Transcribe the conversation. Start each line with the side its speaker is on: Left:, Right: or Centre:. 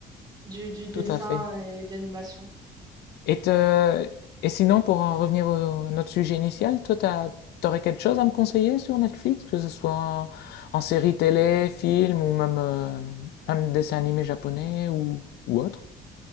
Right: du, du dessin
Left: Tout à fait.
Right: et de l'animation.
Left: Et, te- et sinon, pour en revenir au- à notre sujet initial, toi, t'as, t'aurais quelque chose à me conseiller sur Netflix, que ce soit en, en série télé, film ou même, euh, même dessin animé japonais ou, ou autre?